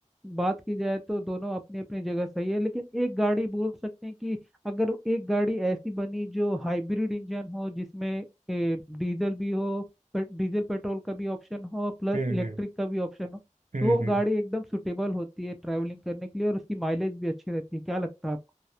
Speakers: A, in the centre; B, on the right.
A: बात की जाए तो दोनों अपनी अपनी जगह सही है लेकिन एक गाड़ी बोल सकते हैं कि अगर एक गाड़ी ऐसी बनी जो हाइब्रिड इंजन हो जिसमें ए, डीजल भी हो पे, डीजल पेट्रोल का भी ऑप्शन हो प्लस
B: हम्म
A: इलेक्ट्रिक
B: हम्म
A: का भी ऑप्शन हो
B: हम्म
A: तो वो
B: हम्म
A: गाड़ी एकदम सुटेबल होती है ट्रैवलिंग करने के लिए और उसकी माइलेज भी अच्छी रहती है क्या लगता है आपको